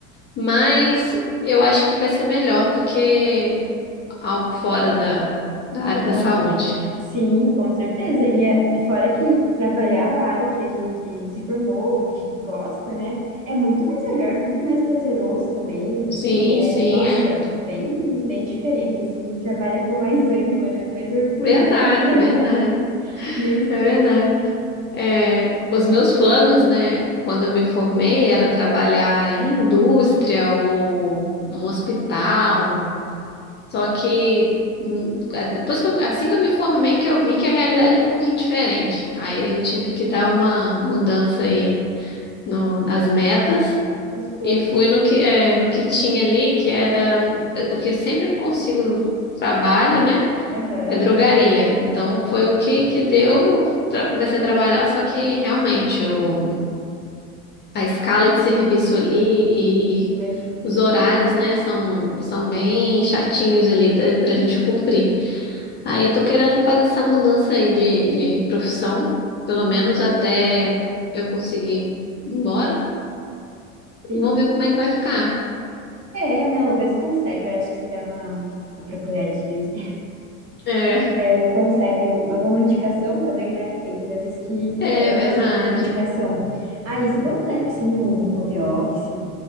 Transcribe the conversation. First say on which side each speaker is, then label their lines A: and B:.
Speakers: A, on the left; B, on the right.
A: Mas eu acho que vai ser melhor do que algo fora da, da área
B: Ou
A: da saúde.
B: aqui. Sim, com certeza. E, é- e fora que trabalhar na área que a gente se formou, que a gente gosta, né? É muito mais melhor, muito mais prazeroso também.
A: Sim,
B: É,
A: sim,
B: nossa,
A: é.
B: bem, bem diferente, assim. A gente trabalha com mais ânimo, né? Mais orgulho,
A: Verdade,
B: assim.
A: verdade.
B: <laughs> Menos
A: É
B: peso.
A: verdade. É, os meus planos, né, quando eu me formei, era trabalhar em indústria ou um hospital. Só que hum, a- depois que eu- assim que eu me formei, que eu vi que a realidade era um pouquinho diferente. Aí eu tive que dar uma mudança aí no- nas metas
B: Os planos.
A: e fui no que, é, no que tinha ali, que era é, o que eu sempre consigo trabalho, né?
B: Aham.
A: É drogaria. Então foi o que que deu. Eu tra- comecei a trabalhar, só que realmente o, a escala de serviço ali
B: É
A: e
B: mais difícil,
A: os horários, né, são, são bem chatinhos ali tá- pra gente cumprir. Aí eu tô querendo fazer essa mudança aí de, de profissão, pelo menos
B: né?
A: até eu conseguir ir embora.
B: Sim.
A: Vamos ver como é que vai ficar.
B: É, não, mas consegue. Eu acho que você dá uma, uma procuradinha, assim.
A: É,
B: é, conseguem um- alguma indicação também, né? Tem empresas que,
A: É
B: que pegam
A: verdade.
B: bastante por indicação. Aí você consegue sim um home office.